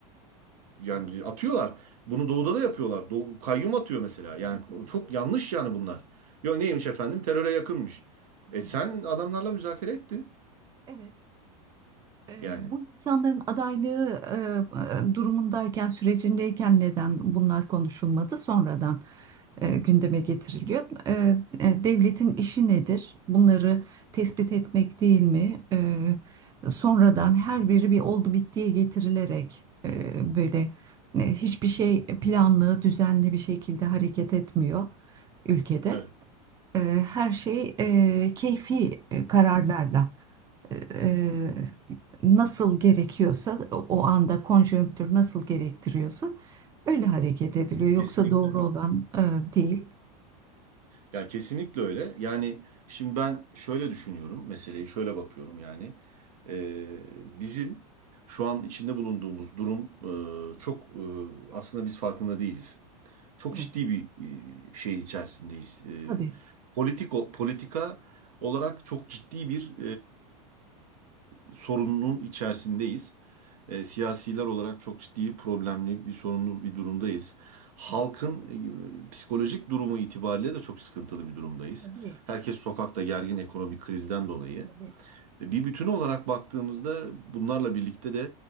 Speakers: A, on the right; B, on the right.
A: yani atıyorlar. Bunu doğuda da yapıyorlar. Doğu, kayyum atıyor mesela. Yani
B: Evet, evet.
A: çok yanlış yani bunlar. Yo neymiş efendim? Teröre yakınmış. E
B: Hı
A: sen
B: hı.
A: adamlarla müzakere ettin.
B: Evet. E,
A: Yani.
B: Bu insanların adaylığı e, e, durumundayken, sürecindeyken neden bunlar konuşulmadı? Sonradan e, gündeme getiriliyor. E, e, Devletin işi nedir? Bunları tespit etmek değil mi? E, Sonradan her biri bir oldu bittiye getirilerek e, böyle e, hiçbir şey planlı, düzenli bir şekilde hareket etmiyor ülkede.
A: Evet.
B: E, Her şey e, keyfi e, kararlarla e, nasıl gerekiyorsa o o anda konjonktür nasıl gerektiriyorsa öyle hareket ediliyor. Yoksa
A: Kesinlikle.
B: doğru olan e, değil.
A: Ya kesinlikle öyle. Yani şimdi ben şöyle düşünüyorum. Meseleyi şöyle bakıyorum yani. Ee, bizim şu an içinde bulunduğumuz durum e, çok e, aslında biz farkında değiliz. Çok
B: Evet,
A: ciddi bir e, şeyin içerisindeyiz. E,
B: tabii.
A: politiko, politika olarak çok ciddi bir e, sorunun içerisindeyiz. E, siyasiler olarak çok ciddi problemli bir sorunlu bir durumdayız. Halkın
B: Evet,
A: e, psikolojik durumu itibariyle de çok sıkıntılı bir durumdayız.
B: Tabii,
A: Herkes sokakta gergin ekonomik krizden dolayı.
B: tabii,
A: E, Bir bütün olarak baktığımızda bunlarla birlikte de